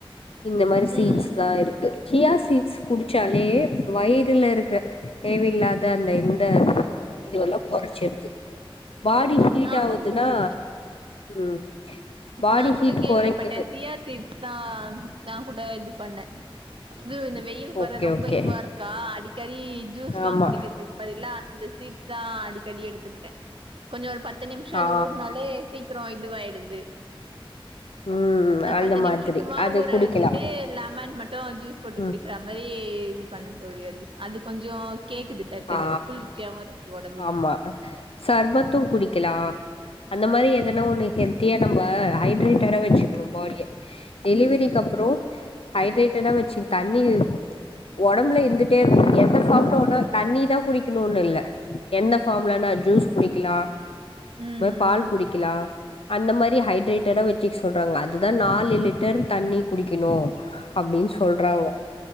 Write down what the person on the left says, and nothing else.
இந்த மாரி சீட்ஸ்
தா இருக்கு கியா சீட்ஸ் குடிச்சாலே வயிறுல இருக்கற தேவயில்லாத அந்த இந்த இதுவல்லா கொறச்சு எடுத்து பாடி ஹீட்
ஆவுதுன்னா
ம் பாடி
ஹீட்
கொறைக்குது
ஓகே
ஓகே
ஆமா
ஆ
ம்
அந்த
மாதிரி
அது
குடிக்கலா
ம்
ஆ
ஆமா சர்பத்து குடிக்கலா அந்த மாரி எதனா ஒண்ணு ஹெல்த்தியா நம்ம ஹைட்ரேட்டடா வெச்சுக்குணு பாடிய டெலிவரிக்கு அப்றோ ஹைட்ரேட்டடா வெச்சுக் தண்ணி உடம்புல வந்துடே இருக்குன்னு எந்த ஃபார்ம்ல உனால் தண்ணி தா குடிக்கணுன்னு இல்ல என்ன ஃபார்ம்லன்னா ஜூஸ் குடிக்கலா
பால் குடிக்கலா அந்த மாதிரி ஹைட்ரேட் டடா வெச்சுக் சொல்றாங்க அதுதா நாலு லிட்டர் தண்ணி குடிக்கிணு அப்டின்னு சொல் றாங்க